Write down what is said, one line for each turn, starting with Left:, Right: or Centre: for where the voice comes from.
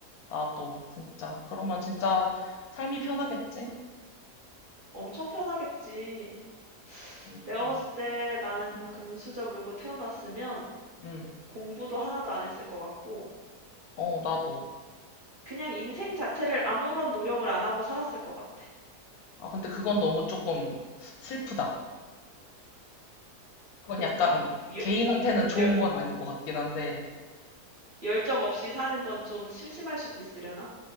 Left: 나도, 진짜. 그러면 진짜 삶이 편하겠지?
Right: 엄청 편하겠지.
Left: 그러니까.
Right: 내가 봤을 때 나는
Left: 응,
Right: 금수저 물고 태어났으면
Left: 응,
Right: 공부도 하나도 안 했을 것 같고,
Left: 어, 나도.
Right: 그냥 인생 자체를 아무런 노력을 안 하고 살았을 것 같아.
Left: 아, 근데 그건 너무 조금 슬프다. 그건
Right: 그런가?
Left: 약간
Right: 미-
Left: 개인한테는 좋은
Right: 열,
Left: 건 아닌 것 같긴 한데,
Right: 열정 없이 사는 건 좀 심심할 수도 있으려나?